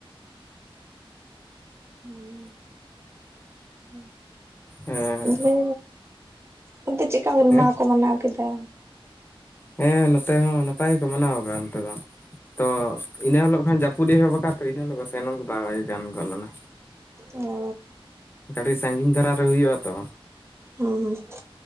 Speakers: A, on the right; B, on the left.
A: ᱦᱩᱸ, ᱦᱩᱸ,
B: ᱦᱮᱸ
A: ᱦᱩ᱾ ᱵᱚᱞᱮ ᱚᱱᱛᱮ ᱪᱮᱫᱠᱟ, ᱦᱩᱞ
B: ᱦᱮᱸ
A: ᱢᱟᱦᱟ ᱠᱚ ᱢᱟᱱᱟᱣ ᱠᱮᱫᱟ?
B: ᱦᱮᱸ ᱱᱚᱛᱮ ᱦᱚᱸ ᱱᱟᱯᱟᱭ ᱜᱮᱠᱚ ᱢᱟᱱᱟᱣ ᱟᱠᱟᱜᱼᱟ ᱱᱚᱛᱮ ᱫᱚ, ᱛᱚ ᱤᱱᱟᱹ ᱦᱤᱞᱳᱜ ᱠᱷᱚᱱ ᱡᱟᱯᱩ ᱡᱟᱯᱩᱫ ᱮᱦᱵ ᱠᱟ ᱛᱚ ᱮᱱᱦᱤᱞᱳ ᱥᱮᱱ ᱚᱜ ᱵᱟᱭ ᱜᱟᱱ ᱜᱚᱞᱟᱝ ᱼᱟ
A: ᱚ
B: ᱟᱰᱤ ᱥᱟᱺᱜᱤᱧ ᱫᱷᱟᱨᱟ ᱨᱮ ᱦᱩᱭᱩᱜᱼᱟ ᱛᱚ,
A: <unintelligible>